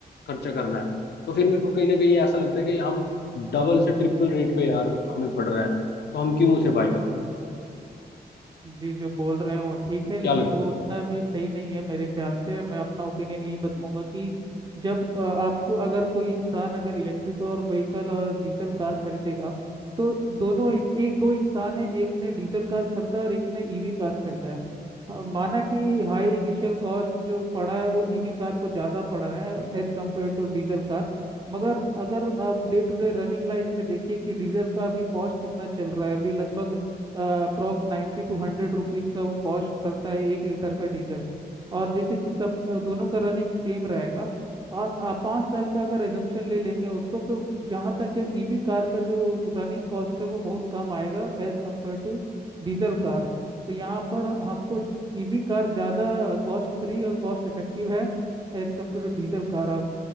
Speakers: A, on the left; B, on the right.
A: खर्चा करना है तो फिर मेरे को कहीं ना कहीं ऐसा लगता है कि हम डबल से ट्रिपल रेट पे यार हमें पड़ रहा है तो हम क्यों उसे बाय करेंगे फिर
B: जी जो बोल रहे हैं वो ठीक
A: क्या
B: है लेकिन
A: लगता
B: वो
A: है
B: उतना भी सही नहीं है मेरे ख्याल से मैं अपना ओपिनियन यही बताऊंगा कि जब अ, आपको अगर कोई इंसान अगर इलेक्ट्रिक और व्हीकल और डीजल कार खरीदेगा तो दोनों एक एक दो इंसान है एक ने डीजल कार खरीदा और एक ने ईवी कार खरीदा है हाँ, माना कि हाई इनिशियल कॉस्ट जो पड़ा है वो ईवी कार को ज़्यादा पड़ा है as compared to diesel car मगर अगर आप day to day running life में देखिए कि डीजल का अभी कॉस्ट कितना चल रहा है अभी लगभग अप्रोक्स नाइन्टी टू हंड्रेड रुपीज़ का वो कॉस्ट करता है एक लीटर का डीजल और जैसे कि सब अ, दोनों का रनिंग सेम रहेगा और अ, पाँच साल का अगर एजम्पशन ले लेंगे उसको तो जहाँ तक है ईवी कार का जो रनिंग कॉस्ट है वो बहुत कम आएगा as compared to diesel car तो यहाँ पर हमको ईवी कार ज़्यादा कॉस्ट फ्री और कॉस्ट इफेक्टिव है as compared to diesel car आप